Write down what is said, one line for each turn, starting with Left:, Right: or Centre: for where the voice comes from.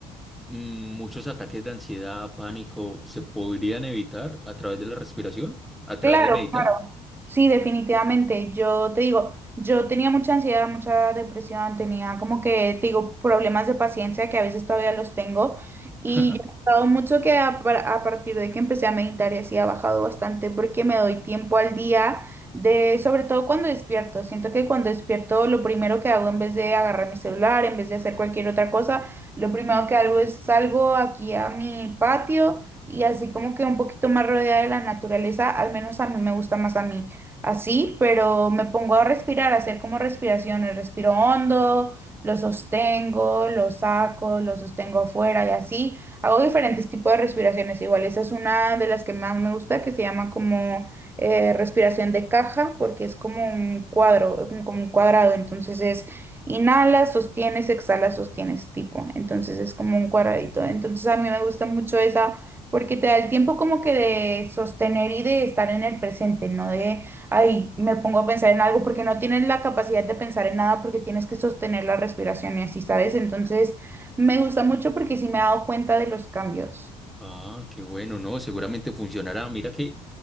Centre: mm, muchos ataques de ansiedad, pánico, se podrían evitar a través de la respiración, a través
Right: Claro,
Centre: de meditar.
Right: claro. Sí, definitivamente. Yo te digo, yo tenía mucha ansiedad, mucha depresión, tenía como que, te digo, problemas de paciencia que a veces todavía los tengo. Y
Centre: <laughs>
Right: yo he notado mucho que a, par- a partir de que empecé a meditar y así ha bajado bastante porque me doy tiempo al día de, sobre todo cuando despierto. Siento que cuando despierto lo primero que hago en vez de agarrar mi celular, en vez de hacer cualquier otra cosa, lo primero que hago es salgo aquí a mi patio y así como que un poquito más rodeada de la naturaleza, al menos a mí me gusta más a mí así, pero me pongo a respirar, a hacer como respiraciones, respiro hondo, lo sostengo, lo saco, lo sostengo afuera y así, hago diferentes tipos de respiraciones, igual esa es una de las que más me gusta, que se llama como eh, respiración de caja, porque es como un cuadro, como un cuadrado, entonces es... Inhalas, sostienes, exhalas, sostienes, tipo. Entonces es como un cuadradito. Entonces a mí me gusta mucho esa porque te da el tiempo como que de sostener y de estar en el presente, no de, ay, me pongo a pensar en algo porque no tienes la capacidad de pensar en nada porque tienes que sostener la respiración y así, ¿sabes? Entonces, me gusta mucho porque sí me he dado cuenta de los cambios.
Centre: Ah, qué bueno, ¿no? Seguramente funcionará. Mira que